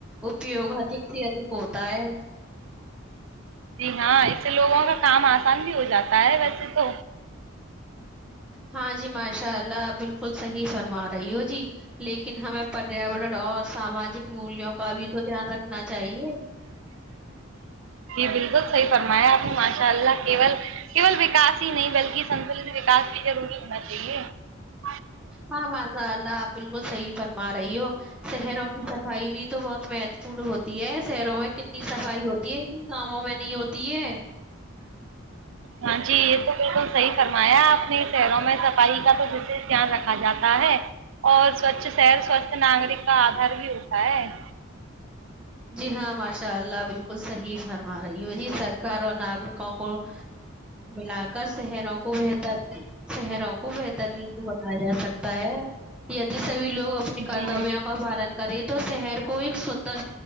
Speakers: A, in the centre; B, on the right.
A: اپیوگ ادھک سے ادھک ہوتا ہے <unintelligible>
B: جی ہاں اس سے لوگوں کا کام آسان بھی ہو جاتا ہے ویسے تو
A: ہاں جی ماشاء اللہ بالکل صحیح فرما رہی ہو جی لیکن ہمیں پریاورن اور ساماجک مولوں کا بھی تو دھیان رکھنا چاہیے <unintelligible>
B: جی بالکل صحیح فرمایا آپ ماشاء اللہول کیول وکاس ہی نہیں بلکہ سنتلن وکاس بھی ضروری ہونا چاہیے <unintelligible>
A: ہاں مضا اللہ آپ بالکل صحیح فرما رہی ہو شہروں کی صفائی بھی تو بہت مہتوپورن ہوتی ہے شہروں میں کتنی صفائی ہوتی ہے اتنی گاؤوں میں نہیں ہوتی ہے <unintelligible>
B: ہاں جی یہ تو بالکل صحی فرمایا آ اپنے شہروں میں صفائی کا تو وشش دھیان رکھا جاتا ہے اور سوچھ شہر سوچھ ناگرک کا آدار بھی ہوتا ہے <unintelligible>
A: جی ہاں ماشاء اللہ بالکل صحیح فرما رہی ہو جی سرکار اور ناگرکوں کو ملا کر شہروں کو بہتر شہروں کو بہتر مو بنایا جا سکتا ہے د سبھی لوگ اپنے کرتبیوں
B: جی
A: کا پالن <unintelligible> کرے تو شہر کو ایک سندر